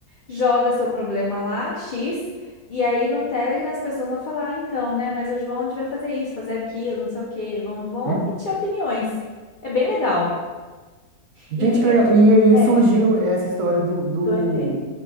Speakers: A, on the left; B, on the right.
A: Joga seu problema lá, X, e aí no Telegram as pessoas vão falar, ah, então, né, mas o João devia fazer isso, fazer aquilo, não sei o quê, vão, vão
B: Hum?
A: omitir opiniões. É bem legal. E
B: Gente,
A: tem,
B: que legal. E aí
A: é,
B: surgiu essa história do, do,
A: do ET.